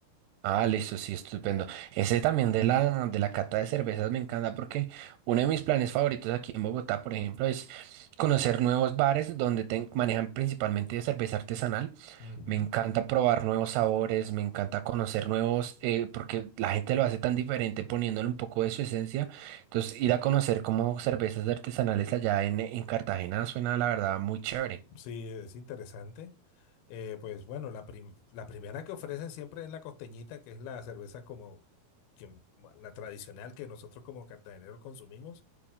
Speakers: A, on the right; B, on the left.
A: Ah, listo, sí, estupendo. Ese también de la, de la cata de cervezas me encanta porque uno de mis planes favoritos aquí en Bogotá, por ejemplo, es conocer nuevos bares donde te- manejan principalmente de cerveza artesanal.
B: Ujú.
A: Me encanta probar nuevos sabores, me encanta conocer nuevos, eh, porque la gente lo hace tan diferente poniéndole un poco de su esencia. Entonces, ir a conocer como cervezas artesanales allá en, en Cartagena suena, la verdad, muy chévere.
B: Sí, es interesante. Eh, pues bueno, la, prim- la primera que ofrecen siempre es la costeñita, que es la cerveza como que, la tradicional que nosotros como cartageneros consumimos.